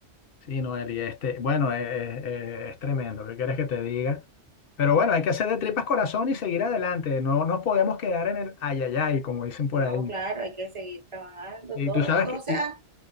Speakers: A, on the left; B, on the right.
A: Sí, Noel, y este, bueno, es, es- es- tremendo. ¿Qué quieres que te diga? Pero bueno, hay que hacer de tripas corazón y seguir adelante. No nos podemos quedar en el ayayay, como dicen por
B: No,
A: ahí.
B: claro, hay que seguir trabajando,
A: Y
B: todo,
A: tú sabes
B: todo
A: que,
B: sea,
A: y-